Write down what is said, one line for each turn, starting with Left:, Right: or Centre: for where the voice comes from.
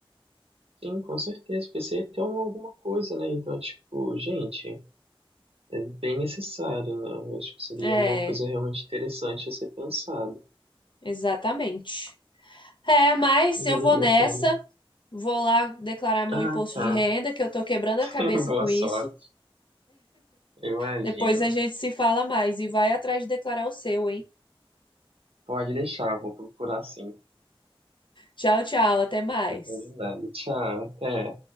Right: sim, com certeza, porque você ia ter uma- alguma coisa, né? Então, tipo, gente. É bem necessário, né? Eu acho que seria
Left: É,
Right: uma coisa realmente interessante a ser pensado.
Left: exatamente. É, mas
Right: E
Left: eu
Right: valeria
Left: vou nessa,
Right: a pena.
Left: vou lá declarar meu
Right: Ah,
Left: imposto
Right: tá.
Left: de renda, que eu tô quebrando
Right: <laughs>
Left: a cabeça
Right: Boa
Left: com
Right: sorte,
Left: isso.
Right: eu imagino.
Left: Depois a gente se fala mais e vai atrás de declarar o seu, hein?
Right: Pode deixar, vou procurar sim.
Left: Tchau, tchau, até mais.
Right: Tá combinado. Tchau, até.